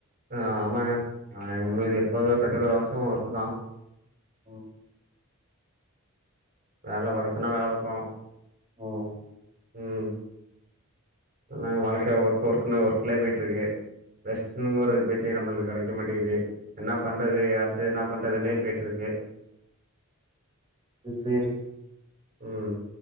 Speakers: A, on the right (about 40°); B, on the right (about 25°).
A: ஆ ஆமாங்க நா எங்களுக்கு எப்போது ட்வெண்ட்டி ஃபோர் ஹவர்ஸு ஒர்க் தா
B: ம்
A: வேல பாக்க சொன்ன வேல பாப்போ
B: ம்
A: ம் இப்பனா வாழ்க்கைய ஒர்க்கு ஒர்க்குன்னு ஒர்க்லயே பேயிட்டு இருக்கு ரெஸ்டின் ஒரு பீச்சே நம்மளுக்கு கிடைக்க மாட்டேகுது என்ன பண்றது அடுத்தது என்ன பண்றதுனே பேயிட் இருக்கு
B: இன் செரி
A: ம்